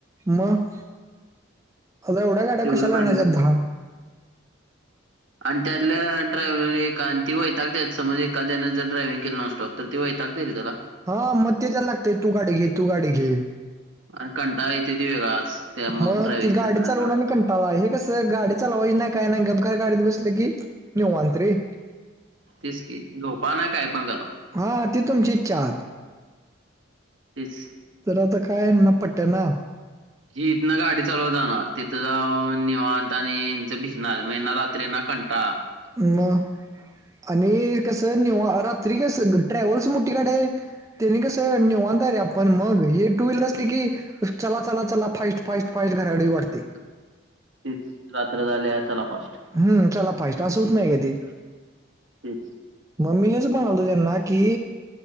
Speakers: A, on the right; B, on the right.
A: मग. आता एवढ्या गाड्या
B: तेवढं
A: कशाला
B: पाहिजे
A: आणायच्यात दहा.
B: आणि त्यातल्याड्रायव्हर आणि ती वैतागत्यात, समज एखाद्यान जर ड्रायव्हिंग केल नॉनस्टॉप. तर ते वैतागते जरा.
A: हा मग ते त्याला लागतेय, तू गाडी घे तू गाडी घे.
B: आणि कंटाळा येते तो वेगळाच. त्या
A: मग
B: ड्रायव्हिंग
A: ती गाडी
B: करणाऱ्याला
A: चालवणार आणि कंट टाळ, हे कसं गाडी चालवायची नाही काय नाही, गप घार गाडीत बसले की निवांत रे. <inaudible>
B: तेचं की झोपा नी, काय पण करा.
A: हां ती तुमची इच्छा.
B: तेच.
A: तर आता काय हेना पटना.
B: हि इथनं गाडी चालवत जाणार, तिथं जाऊन निवांत आणि हेच भिजणार, मग हेना रात्री हेना कंटाळा.
A: मग. आणि कसं निवांत रात्री कसं, ट्रॅव्हल्स मोठी गाडी ये. त्यानी कसं निेवांत रे आपण, मग हे टू व्हीलर असले की, चला चला चला, फाईस्ट फाईस्ट फाईस्ट घराकडं येऊ वाटते.
B: तेचं रात्र झाल्या चला फास्ट.
A: हम. चला फास्ट असं होत नाही का ते?
B: हम.
A: मग मी हेच म्हणालतो त्यांना की,